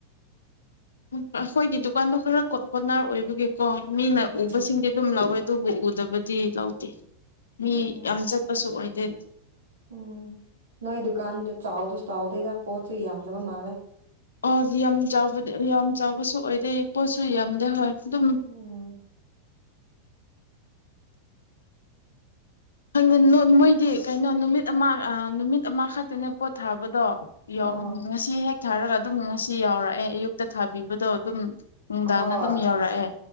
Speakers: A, on the left; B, on the right.
A: ꯎ ꯑꯈ‌ꯣꯏꯒꯤ ꯗꯨꯀꯥꯟꯗ‌ꯣ ꯈꯔ ꯀ‌ꯣ ꯀ‌ꯣꯔꯅꯔ ꯑꯣꯏꯕꯒꯤ ꯀꯣ ꯃꯤꯅ
B: ꯎꯝ
A: ꯎꯕꯁꯤꯡꯗꯤ ꯑꯗꯨꯝ ꯂꯧꯋꯦ ꯑꯗꯨꯕꯨ ꯎꯗꯕꯗꯤ ꯂꯧꯗꯦ ꯃꯤ
B: ꯎꯝ
A: ꯌꯥꯝ ꯆꯠꯄꯁꯨ ꯑꯣꯏꯗꯦ
B: ꯎꯝ ꯅꯣꯏ ꯗꯨꯀꯥꯟꯗ ꯆꯥꯎꯗꯨ ꯁꯇꯥꯎ ꯗꯦꯗꯥ ꯄꯣꯠꯁꯨ ꯌꯥꯝꯗꯕ ꯃꯥꯜꯂꯦ
A: ꯑꯣ ꯌꯥꯝ ꯆꯥꯎꯕꯗꯤ ꯌꯥꯝ ꯆꯥꯎꯕꯁꯨ ꯑꯣꯏꯗꯦ ꯄꯣꯠꯁꯨ ꯌꯥꯝꯗꯦ ꯍꯣꯏ ꯑꯗꯨꯝ
B: ꯎꯝ
A: ꯈꯪꯗꯦ ꯃꯣꯏꯗꯤ ꯀꯩꯅꯣ ꯅꯨꯃꯤꯠ ꯑꯃ ꯅꯨꯃꯤꯠ ꯑꯃꯈꯛꯇꯅꯦ ꯄꯣꯠ ꯊꯥꯕꯗꯣ ꯌꯥꯎ
B: ꯑꯣ
A: ꯎꯝ ꯉꯁꯤ ꯍꯦꯛ ꯊꯥꯔꯒ ꯑꯗꯨꯝ ꯉꯁꯤ ꯌꯥꯎꯔꯛꯑꯦ ꯑꯌꯨꯛꯇ ꯊꯥꯕꯤꯕꯗꯣ ꯑꯗꯨꯝ ꯅꯨꯡꯗꯥꯡꯗ
B: ꯍꯣꯏ
A: ꯑꯗꯨꯝ ꯌꯧꯔꯛꯑꯦ